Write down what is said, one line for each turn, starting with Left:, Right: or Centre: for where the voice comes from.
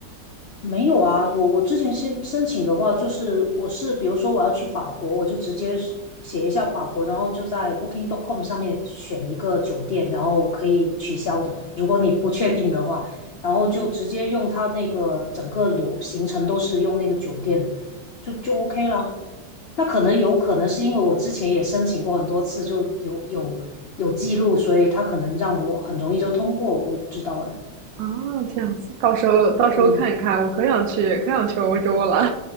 Left: 没有啊，我我之前先申请的话，就是我是比如说我要去法国，我就直接是写一下法国，然后就在 Booking.com 上面选一个酒店，然后可以取消的，如果你不确定的话，然后就直接用它那个整个流行程都是用那个酒店，
Right: 嗯
Left: 就就 OK 了。那可能有可能是因为我之前也申请过很多次，就有有有记录，所以他可能让我很容易就通过，我也不知道哎，
Right: 啊，这样子，到时候到时候看一看，
Left: 嗯
Right: 我可想去，可想去欧洲了